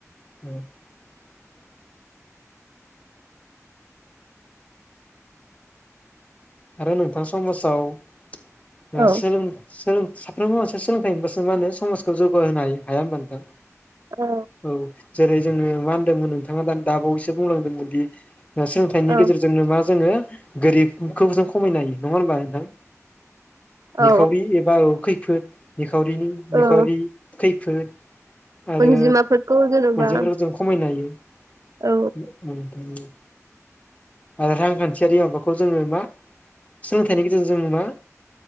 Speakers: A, on the left; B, on the right.
A: <inaudible> आरो नोंथां समाजाव ओ
B: औ
A: सोलों सोलों साफ्रोमबो मानसिया सोलोंथाइ मोनबासो माहोनो समाजखौ जौगाहोनो हायो हाया होनबा नोंथां?
B: औ
A: औ। जेरै जोङो मा होन्दोंमोन नोंथाङा दा दाबावैसो बुंलांदों। दि ओ सोलोंथाइनि
B: औ
A: गेजेरजोंनो मा जोङो गोरिब। खौबो जों खमायनो हायो नङा होमबा नोंथां?
B: औ
A: निखावरि एबा औ खैफोद। नि खावरिनि निखावरि
B: औ
A: खै फोद आरो
B: अनजिमाफोरखौ जेन'बा
A: अनजिमाफोरखौ जों खमायनो हायो। <inaudible>
B: औ
A: आरो रांखान्थियारि माबाखौ जोङो मा सोलोंथाइनि गेजेरजों जोङो मा